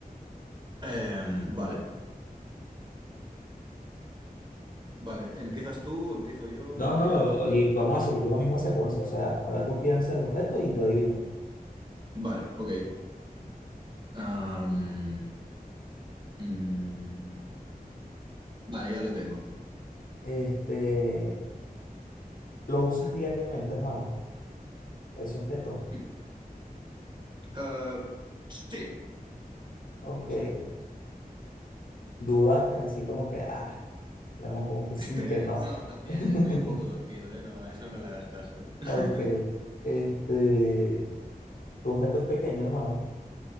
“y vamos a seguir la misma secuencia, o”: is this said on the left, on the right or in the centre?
Left